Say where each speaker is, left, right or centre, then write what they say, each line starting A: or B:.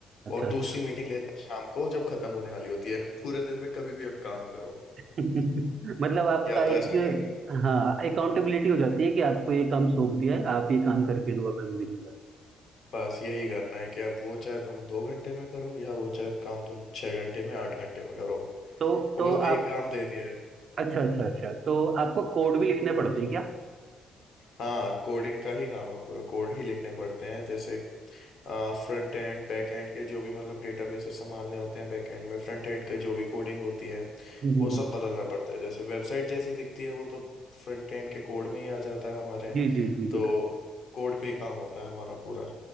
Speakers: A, on the right; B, on the left.
A: अच्छा
B: और
A: अच्छा
B: दूसरी मीटिंग लेता है शाम को जब खत्म होने वाली होती है पूरे दिन में कभी भी आप काम करो
A: <laughs> मतलब आपका
B: या तो
A: एक
B: ऐसा कर लो
A: हाँ अकाउंटेबिलिटी हो जाती है कि आपको ये काम सौंप दिया है आप ये काम करके दो अब हम दिन भर
B: बस यही करना है कि अब वो चाहे तुम दो घंटे में करो या वो चाहे काम तुम छह घंटे में आठ घंटे में करो
A: तो तो
B: वो बस
A: आप
B: एक काम दे दिया है
A: अच्छा अच्छा अच्छा तो आपको कोड भी लिखने पड़ते हैं क्या
B: हाँ कोडिंग का ही काम है पूरा कोड ही लिखने पड़ते हैं जैसे फ्रंट एंड बैक एंड के जो भी मतलब डेटाबेसेस संभालने होते हैं बैक एंड में फ्रंट एंड का जो भी कोडिंग होती है
A: हम्म, हम्म,
B: वो
A: हम्म।
B: सब बदलना पड़ता है जैसे वेबसाइट जैसी दिखती है वो तो फ्रंट एंड के कोड में ही आ जाता है हमारे
A: जी जी जी
B: तो
A: बिल्कुल
B: कोड पे ही काम होता है हमारा पूरा